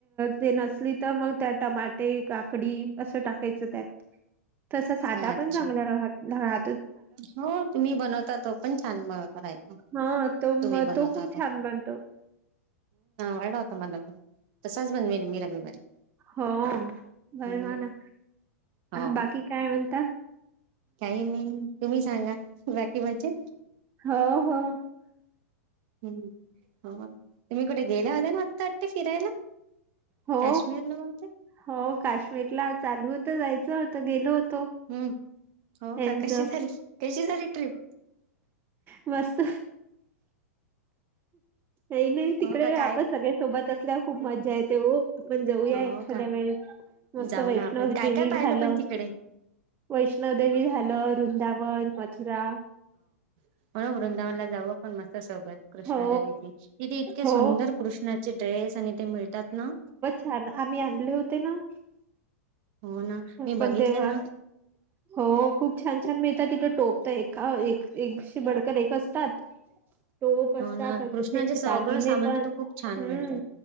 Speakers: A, on the right (about 25°); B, on the right (about 50°).
A: ते नसली तर मग त्या टमाटे, काकडी असं टाकायच. त्यात, तसा साधा
B: अच्छा
A: पण चांगला राह राह
B: हो तुम्ही बनवता तो पण छान बरोबर ये,
A: हा तो
B: तुम्ही
A: म
B: बनवता
A: तो खूप
B: आ
A: छान बनतो
B: वेळ मला पण, तसाचं बनवेल मी रविवारी
A: हो बनवा
B: हम्म
A: ना,
B: हो
A: बाकी काय म्हणता?
B: काही नाही तुम्ही सांगा, बाकी म्हणजे?
A: हो हो
B: हम्म हो, तुम्ही कुठे गेला होता ना आत्ता वाटत फिरायला?
A: हो
B: काश्मीर ला बहुतेक.
A: हो काश्मीरला चालू होतं जायचं तर गेलो होतो.
B: हम्म हो
A: यांच
B: का कशी झाली कशी झाली ट्रीप?
A: मस्त! ये नाही तिकडे
B: हो का
A: आपणं
B: काय
A: सगळे सोबत असल्यावर खूप मज्जा येते ओ. आपणं जाऊया
B: हो
A: एखाद्या
B: का
A: वेळेस, मस्त
B: जाऊ
A: वैष्णवदेवी
B: ना आपण काय काय पाहिलं
A: ह्याला.
B: पण तिकडे
A: वैष्णवदेवी झालं वृंदावन, मथुरा
B: आपणं वृंदावनला जाऊ. मस्त सोबत, कृष्णाच्या
A: हो
B: तिथे तिथे इतके
A: हो
B: सुंदर कृष्णाचे ड्रेस तिथे मिळतात ना‌.
A: हा आम्ही आणले होते ना‌
B: हो ना मी
A: पण
B: बघितले
A: तेव्हा,
B: ना
A: हो खूप छान छान मिळ तिथं टोप तर एक एकसे बडकर एक असतात. टोप असतात
B: हो ना
A: त्यांचे
B: कृष्णाचे
A: दागिने
B: सगळं सामान
A: पण,
B: तिथं खूप छान
A: हम्म
B: मिळते